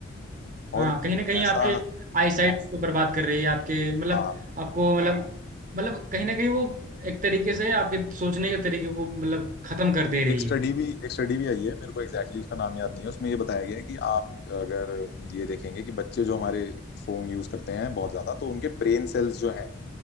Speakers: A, on the left; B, on the right.
A: और
B: हाँ कहीं ना कहीं
A: ऐसा
B: आपके आईसाइट को बर्बाद कर रही है आपके मतलब
A: हाँ
B: आपको मतलब मतलब कहीं ना कहीं वो एक तरीके से आपके सोचने के तरीके को मतलब खत्म कर दे रही
A: एक स्टडी
B: है
A: भी एक स्टडी भी आई है मेरे को एग्जैक्टली exactly उसका नाम याद नहीं है उसमें ये बताया गया है कि आप अगर ये देखेंगे कि बच्चे जो हमारे फोन यूज करते हैं बहुत ज्यादा तो उनके ब्रेन सेल्स जो हैं